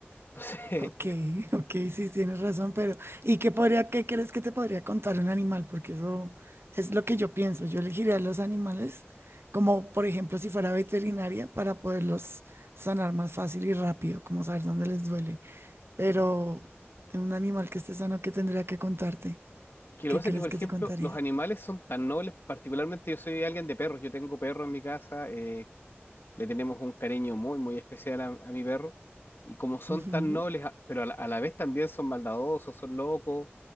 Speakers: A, on the left (about 55°); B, on the right (about 65°).
A: Entonces,
B: Ok, ok, sí, tienes razón, pero ¿y qué podría, qué crees que te podría contar un animal? Porque eso es lo que yo pienso. Yo elegiría a los animales como, por ejemplo, si fuera veterinaria para poderlos sanar más fácil y rápido, como saber dónde les duele. Pero un animal que esté sano, ¿qué tendría que contarte?
A: <laughs> es que lo
B: ¿Qué
A: que pasa
B: crees
A: es que, por
B: que
A: ejemplo,
B: te contaría?
A: los animales son tan nobles, particularmente yo soy alguien de perros, yo tengo perro en mi casa, eh, le tenemos un cariño muy, muy especial a, a mi perro, y como son
B: Ujú,
A: tan nobles, a- pero a la, a la vez también son maldadosos, son locos,